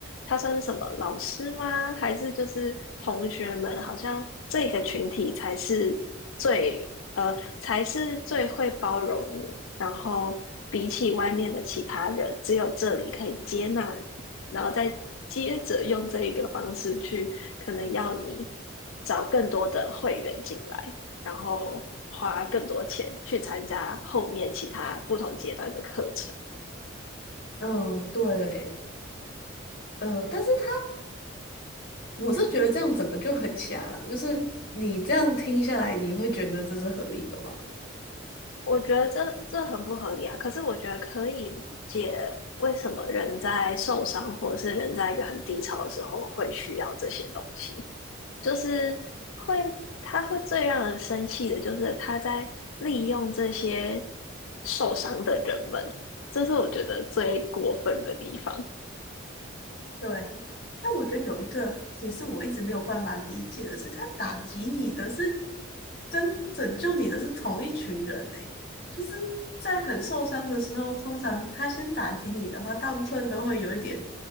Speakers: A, on the left (about 80°); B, on the left (about 50°).
A: 他算是什么老师吗？还是就是同学们？好像这个群体才是最呃，才是最会包容你。然后比起外面的其他人，只有这里可以接纳你，然后再接着用这一个方式去，可能要你找更多的会员进来，然后花更多钱去参加后面其他不同阶段的课程。
B: 嗯，对，呃，但是他。我是觉得这样整个就很瞎了，就是你这样听下来，你会觉得这是合理的吗？
A: 我觉得这这很不合理啊。可是我觉得可以理解为什么人在受伤或者是人在一个很低潮的时候会需要这些东西，就是会，他会最让人生气的，就是他在利用这些受伤的人们，这是我觉得最过分的地方。
B: 对，那我觉得有一个也是我一直没有办法理解的是，他打击你的是跟拯救你的是同一群人诶、就是在很受伤的时候，通常他先打击你的话，大部分都会有一点